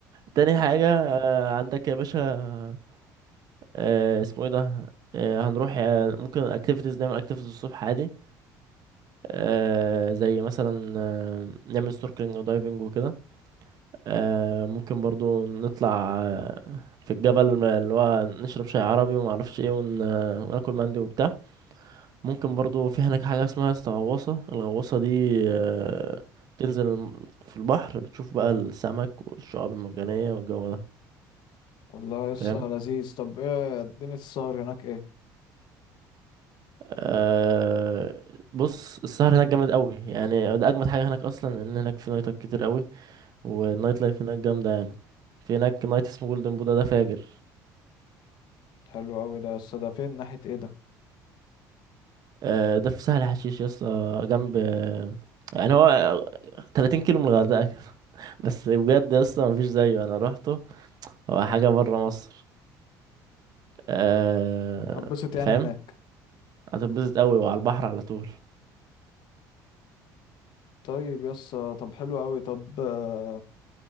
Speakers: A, on the right; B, on the left.
A: تاني حاجة آه، عندك يا باشا آه اسمه ايه ده آه هنروح آه ممكن اكتيفيتيز نعمل اكتيفيتيز الصبح عادي آه زي مثلا آه نعمل سنوركلينج ودايفنج وكده آه ممكن برضو نطلع آه في الجبل اللي هو نشرب شاي عربي وما اعرفش ايه ون... آه، وناكل مندي وبتاع ممكن برضو في هناك حاجة اسمها استغواصة الغواصة دي آه بتنزل في البحر بتشوف بقى السمك والشعاب المرجانية والجو ده
B: والله يسطا
A: فاهم
B: لذيذ طب ايه الدنيا السهر هناك ايه
A: أه بص السهر هناك جامد قوي يعني ده اجمد حاجه هناك اصلا ان هناك في نايتات كتير قوي والنايت لايف هناك جامده يعني في هناك نايت اسمه جولدن بودا ده فاجر
B: حلو قوي ده يسطا ده فين ناحية ايه ده
A: أه ده في سهل حشيش يا اسطى جنب يعني هو 30 كيلو من الغردقه كده. <laughs> بس بجد يا اسطى مفيش زيه انا روحته هو حاجه بره مصر أه
B: طب هتبسط يعني
A: فاهم
B: هناك
A: هتتبسط قوي وعلى البحر على طول
B: طيب يسطا طب حلو قوي طب آه،